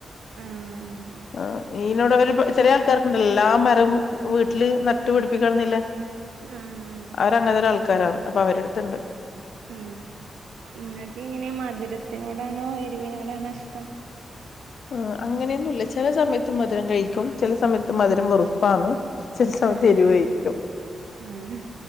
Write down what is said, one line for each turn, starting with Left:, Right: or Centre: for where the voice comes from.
Right: ആഹ്
Left: ആ ഇനോട് ഒരു ചെറിയ ആൾക്കാർക്കുണ്ട എല്ലാം മരവും വീട്ടില് നട്ട് പിടിപ്പിക്കണന്നില്ലേ.
Right: ആഹ
Left: അവര അങ്ങനൊരു ആൾക്കാരാണ് അപ്പൊ അവരുട ടുത്ത്ണ്ട്
Right: ആ നിങ്ങൾക്ക് ഇങ്ങനെ മധുരത്തിനോടാണോ എരിവിനോടാണോ ഇഷ്ടം.
Left: ആഹ് അങ്ങനെയൊന്നുല്ല ചെല സമയത്ത് മധുരം കഴിക്കും ചെല സമയത്ത് മധുരം വെറുപ്പാണ് <unintelligible>
Right: ആഹ്
Left: തെരുവഴ്ക്കും
Right: ആഹ്